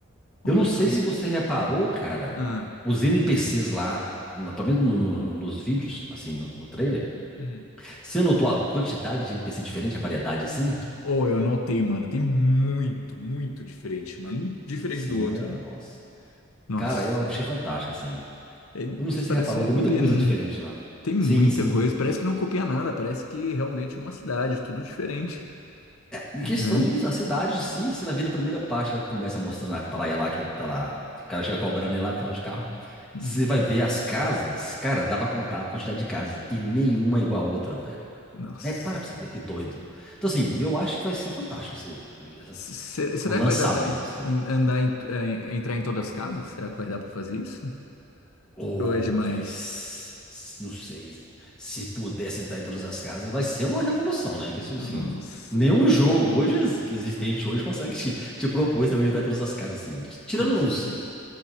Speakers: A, on the left (about 85°); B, in the centre.
A: Oh,
B: Eu
A: mas
B: não sei
A: dá.
B: se você reparou, cara,
A: Ah.
B: os NPCs lá, na- pelo menos no- no- nos vídeos, assim, no, no trailer,
A: Uhum.
B: você notou a quantidade de NPC diferente, a variedade, assim?
A: Oh, eu notei, mano. Tem muito, muito diferente, mano. Um Diferente
B: Sim,
A: do
B: nossa.
A: outro, né? Nossa.
B: Cara, eu achei fantástico, assim.
A: É,
B: Eu não sei
A: isso
B: se
A: parece
B: você reparou,
A: que não
B: tem
A: copia
B: muita coisa
A: nenhum.
B: diferente lá.
A: Tem muita
B: Sim, sim.
A: coisa. Parece que não copia nada. Parece que realmente é uma cidade, tudo diferente,
B: Em
A: né?
B: questão disso, a cidade em si, você vai ver na primeira parte, ela começa mostrando a praia lá, que ele tá lá, que o cara chega cobrando ele lá e tal de carro.
A: Hum,
B: Você vai ver as casas, cara, dá pra contar a quantidade de casas, e nenhuma é igual a outra, velho.
A: Nossa.
B: É, para pra você ver, que doido. Então, assim, eu acho que vai ser fantástico esse- essa-
A: Se- se- será
B: o lançamento,
A: que vai dar pra en-
B: assim.
A: en- andar em, eh, entrar em todas as casas? Será que vai dar pra fazer isso?
B: Ou
A: Ou é demais?
B: vai. s- s- Não sei. Se pudesse entrar em todas as casas, vai ser uma revolução, né? Que é tipo
A: Nossa,
B: assim, nenhum
A: demais.
B: jogo hoje ex- que existente hoje consegue te, te propor esse negócio de entrar em todas as casas, assim. T- Tirando
A: Com certeza.
B: uns,